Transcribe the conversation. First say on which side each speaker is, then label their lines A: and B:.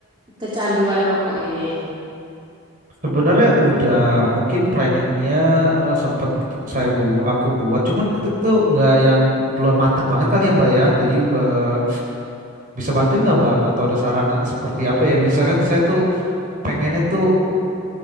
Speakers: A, on the right; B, on the right.
A: kecanduan rokok ini?
B: sebenarnya udah mungkin planningnya eh, sempet saya bu aku buat cuman itu tuh nggak yang belum mateng banget kali ya mbak ya jadi eh, Bisa bantuin nggak Mbak? Atau ada saran seperti apa ya? Misalkan saya tuh pengennya tuh